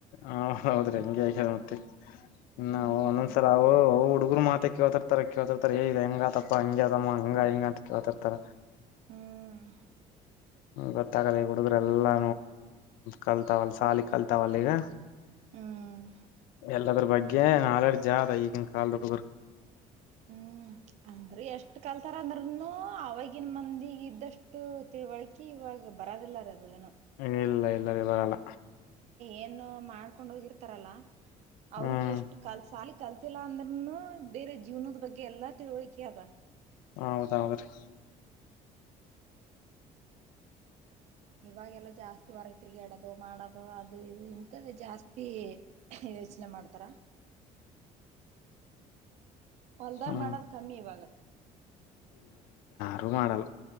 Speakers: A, on the left; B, on the right.
A: ಹಾ ಹೌದ್ರಿ ಹಂಗೆ ಆಗಿದ್ ಮತ್ತ ಇ
B: ಹ್ಮ್
A: ಒಂದೊಂದ್ಸರ ಅವು ಅವು ಹುಡುಗರು ಮಾ ಅ ಕೇಳ್ತಿರ್ತಾರ ಕೇಳ್ತಿರ್ತಾರೆ ಏ ಇದೆ ಹೆಂಗತಪ್ಪ ಹಂಗ ಅದಮ್ಮ ಹಂಗಾ ಹಿಂಗ ಅಂತ ಕೇಳ್ತಿರ್ತಾರ
B: ಹ್ಮ್
A: ಗೊತ್ತಾಗಲ್ಲ ಹುಡುಗರು ಎಲ್ಲಾ ಕಲ್ತಾವಲ್ಲ ಸಾಲಿ ಕಲ್ತಾವಲ್ಲ ಈಗ
B: ಹ್ಮ್
A: ಎಲ್ಲಾದರ ಬಗ್ಗೆ ನಾಲೆಡ್ಜ ಈಗಿನ ಕಾಲದ ಹುಡುಗರು
B: ಹ್ಮ್ ಅಂದ್ರೆ ಎಷ್ಟ್ ಕಲ್ ಆಥರಂದ್ರನು ಅವಗಿನ ಮಂದಿಗೆ ಇದ್ದಷ್ಟು ತಿಳುವಳಿಕೆ ಇವಾಗ ಬರೋದಿಲ್ಲರಿ ಅದ ಏನೋ
A: ಹ ಇಲ್ಲ ಇಲ್ಲ ಸರಿ ಬರಲ್ಲ.
B: ಏನು ಮಾಡ್ಕೊಂಡ ಹೋಗಿರ್ತಾರಲ್ಲ. ಅವ್ರಿಗೆ
A: ಹ್ಮ್
B: ಎಷ್ಟ ಕಲತ್ ಸಾಲಿ ಕಲ್. ಗೊತ್ತಿಲ್ಲ ಅಂದ್ರನು ಬೇರೆ ಜೀವನದ ಬಗ್ಗೆ ಎಲ್ಲಾ ತಿಳುವಳಿಕೆ ಅದ.
A: ಹೌದ ಹೌದೌದ್ರೀ.
B: ಇವಾಗೆಲ್ಲ ಜಾಸ್ತಿ ಹೊರಗ ತಿರಗ್ಯಾಡೋದು ಮಾಡೋದು ಅದು ಇದು ಇಂತದೇ ಜಾಸ್ತಿ. ಯೋಚನೆ ಮಾಡ್ತಾರ. ಹೊಲದಾಗ
A: ಹ್ಮ್
B: ಮಾಡೋದ ಕಮ್ಮಿ ಇವಾಗ.
A: ರು ಮಾಡಲ.